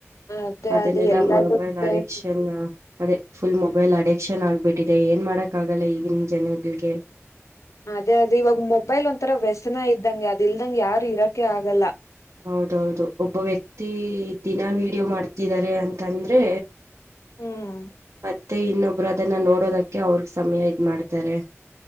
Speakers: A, on the left; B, on the right.
A: ಅದೇ
B: ಅದನೆಲ್ಲ
A: ಅದೇ ಎಲ್ಲದಕ್ಕೂ
B: ಮೊಬೈಲ್ ಅಡಕ್ಷನ್
A: ಬೇಕು
B: ಅದೇ ಫುಲ್ ಮೊಬೈಲ್ ಅಡಿಕ್ಷನ್ ಆಗ್ಬಿಟ್ಟಿದೆ ಏನ್ ಮಾಡಕ್ ಆಗಲ್ಲ ಈಗಿನ ಜನಗಳಿಗೆ
A: ಅದೇ ಅದೇ ಇವಾಗ ಮೊಬೈಲ್ ಒಂಂತರ ವ್ಯಸನ ಇದ್ದಂಗಗೆ ಅದ ಇಲ್ದಂಗ ಯಾರು ಇರಕೆ ಆಗಲ್ಲ
B: ಹೌದೌದು ಒಬ್ಬ ವ್ಯಕ್ತಿ ದಿನಾ ವಿೀಡಿಯೋ ಮಾಡ್ತಿದಿದ್ದಾರೆ ಅಂತಂದ್ರೆ
A: ಹ್ಮ್
B: ಮತ್ತೆ ಇನ್ನೊಬ್ರು ಅದನ್ನ ನೋಡೋದಕ್ಕೆ ಅವ್ರಗ್ ಸಮಯ ಇದ್ ಮಾಡ್ತಾರೆ